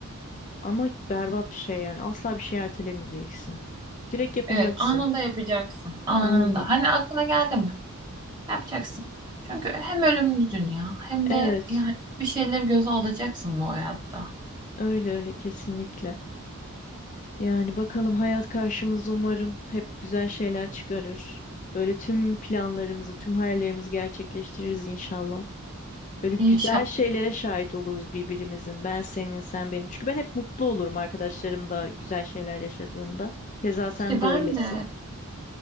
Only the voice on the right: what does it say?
Evet, anında yapacaksın. Anında.
Hani aklına geldi mi? Yapacaksın. Çünkü hem ölümlü dünya hem
de yani bir şeyleri göze alacaksın bu hayatta.
İnşallah
ki ben
de